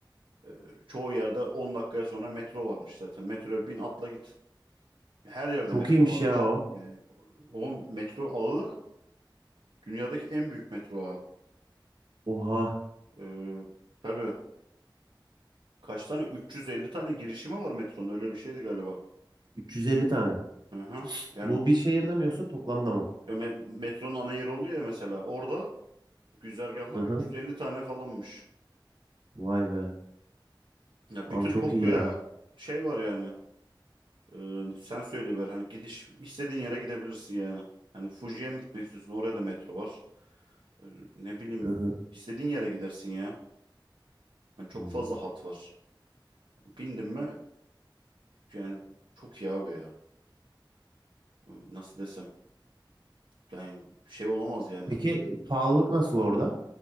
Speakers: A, on the right; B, on the right.
A: e, çoğu yerde 10 dakikaya sonra metro varmış zaten. Metroya bin atla git. Her yerde
B: Çok
A: metro
B: iyiymiş
A: varmış.
B: ya o.
A: Yani o o metro ağı dünyadaki en büyük metro ağı.
B: Oha.
A: Ee, tabii kaç tane 350 tane girişimi var metronun öyle bir şeydi galiba.
B: 350 tane.
A: Hı hı. Yani
B: Bu bir şehirde mi yoksa toplamda mı?
A: e, me- metronun ana yeri oluyor ya mesela. Orada Güzergahlar
B: Hı hı.
A: 350 tane falanmış.
B: Vay be.
A: Ya
B: Abi
A: bütün
B: çok
A: Tokyo'ya
B: iyi ya.
A: şey var yani. Ee, sen söyle ver. Hani gidiş istediğin yere gidebilirsin yani. Hani Fuji'ye mi gitmek istiyorsun? Oraya da metro var. Ee, ne bileyim
B: Hı hı.
A: istediğin yere gidersin ya. Hani çok
B: Hmm.
A: fazla hat var. Bindim mi yani çok iyi abi ya. Ee, Nasıl desem. Yani şey olamaz yani.
B: Peki pahalılık nasıl orada?